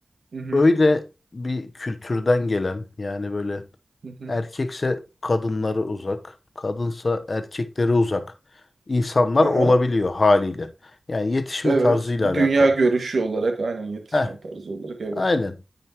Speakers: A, on the right; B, on the left.
A: Hı hı.
B: Öyle bir kültürden gelen yani böyle
A: Hı hı.
B: Erkekse kadınları uzak, kadınsa erkekleri uzak insanlar
A: Aha.
B: olabiliyor haliyle. Yani yetişme
A: Evet.
B: tarzıyla
A: Dünya
B: alakalı.
A: görüşü olarak aynen yetişme
B: Heh,
A: tarzı olarak evet.
B: aynen.